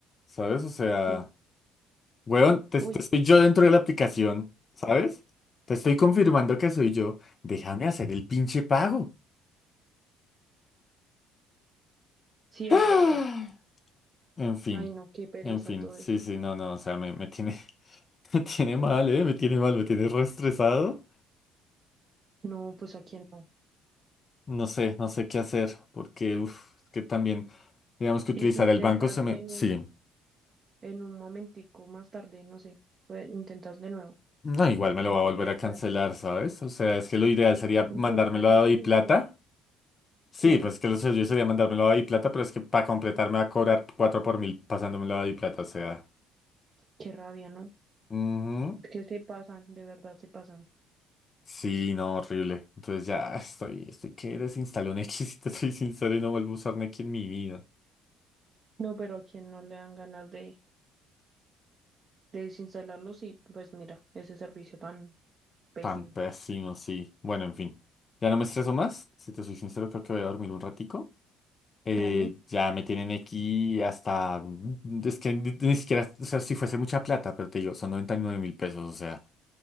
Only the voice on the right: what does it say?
Sí.
Uy,
sí es
verdad.
Ay, no, qué pereza
todo
esto.
No, pues a quién no.
Y si intentas
en
un en un momentico más tarde, no sé, pues intentas de nuevo,
de pronto
te
queda.
Y
por otra aplicación
no puedes.
Sí,
qué rabia, ¿no?
Es que se pasan, de verdad se pasan.
No, pero a quien no le dan ganas de, de desinstalarlo, sí, pues mira, ese servicio tan pésimo.
Dale,